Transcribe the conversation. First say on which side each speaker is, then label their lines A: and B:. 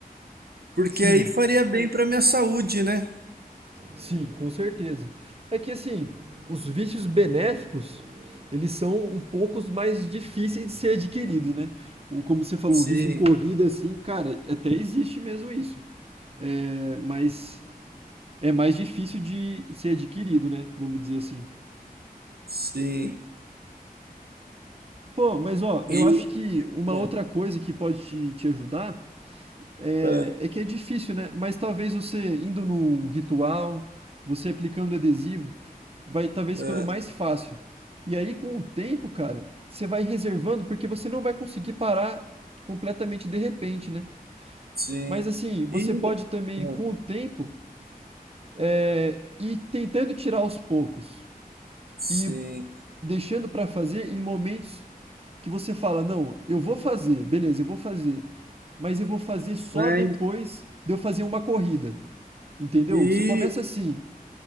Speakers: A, on the right (about 80°); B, on the right (about 40°).
A: Porque
B: Sim.
A: aí faria bem pra minha saúde, né?
B: Sim, com certeza. É que assim, os vícios benéficos, eles são um pouco mais difíceis de ser adquiridos, né? O- Como você falou,
A: Sim,
B: o vício em corrida, assim, cara, até existe mesmo isso. É, mas é mais difícil de ser adquirido, né? Vamos dizer assim.
A: sim.
B: Pô, mas ó, eu
A: E,
B: acho que uma outra
A: é,
B: coisa que pode te, te ajudar É,
A: é.
B: é que é difícil, né? Mas talvez você indo num ritual, você aplicando adesivo, vai talvez
A: É,
B: ficando mais fácil. E aí com o tempo, cara, você vai reservando porque você não vai conseguir parar completamente de repente, né?
A: sim.
B: Mas assim, você
A: E,
B: pode também
A: é,
B: com o tempo é, ir tentando tirar aos poucos
A: sim.
B: e deixando para fazer em momentos que você fala, não, eu vou fazer, beleza, eu vou fazer, mas eu vou fazer só
A: Mas,
B: depois de eu fazer uma corrida. Entendeu?
A: e,
B: Você começa assim,